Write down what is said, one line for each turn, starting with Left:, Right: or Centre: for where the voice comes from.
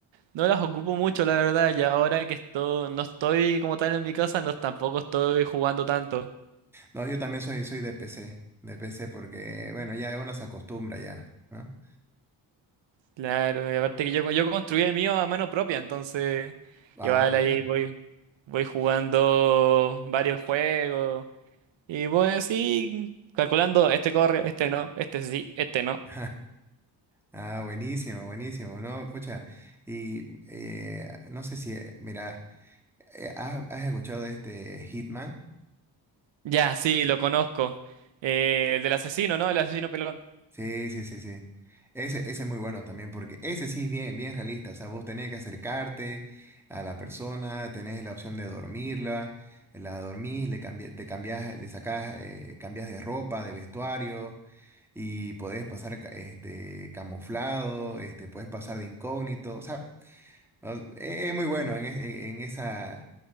Right: no las ocupo mucho, la verdad. Y ahora que esto, no estoy como tal en mi casa, no tampoco estoy jugando tanto.
Centre: No, yo también soy, soy de PC, de PC porque, bueno, ya uno se acostumbra ya, ¿no?
Right: Claro, y aparte que yo, yo construí el mío a mano propia, entonces
Centre: Ah,
Right: igual ahí voy, voy jugando varios juegos. Y voy así, calculando, este corre, este no, este sí, este no.
Centre: <laughs> ah, buenísimo, buenísimo, ¿no? Pucha, y eh, no sé si, eh, mira, eh, ¿has, has escuchado de este Hitman?
Right: Ya, sí, lo conozco. Eh, el del asesino, ¿no? El asesino pelón.
Centre: Sí, sí, sí, sí. Ese, ese es muy bueno también, porque ese sí es bien, bien realista. O sea, vos tenés que acercarte a la persona, tenés la opción de dormirla, la dormís, le cambi- te cambiás, le sacás, eh, cambias de ropa, de vestuario, y podés pasar ca- este, camuflado, este, podés pasar de incógnito. O sea, no, e- es, muy bueno en, es- en, en esa,